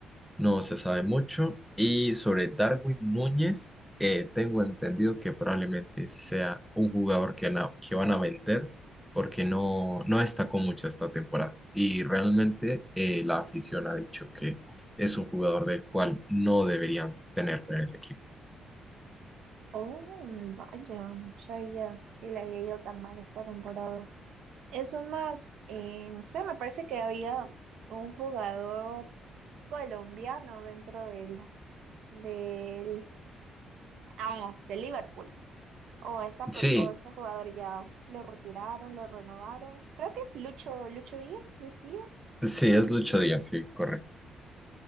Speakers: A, in the centre; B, on the right.
A: no se sabe mucho. Y sobre Darwin Núñez, eh, tengo entendido que probablemente sea un jugador que, na- que van a vender porque no, no destacó mucho esta temporada. Y realmente eh, la afición ha dicho que es un jugador del cual no deberían tener en el equipo.
B: Oh, vaya, no sabía que le había ido tan mal esta temporada. Eso más, eh, no sé, me parece que había un jugador colombiano dentro del, del, ah, del Liverpool. O esta,
A: Sí,
B: per- o este jugador ya lo retiraron, lo renovaron. Creo que es Lucho, Lucho Díaz, Luis Díaz.
A: sí, es Lucho Díaz, sí, correcto.